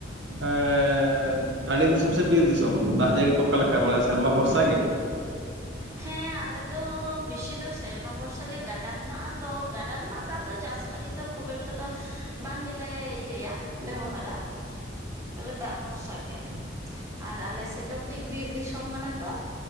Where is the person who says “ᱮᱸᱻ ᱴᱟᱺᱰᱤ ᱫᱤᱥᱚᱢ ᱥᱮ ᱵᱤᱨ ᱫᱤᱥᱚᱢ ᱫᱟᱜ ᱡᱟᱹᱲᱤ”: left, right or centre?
Right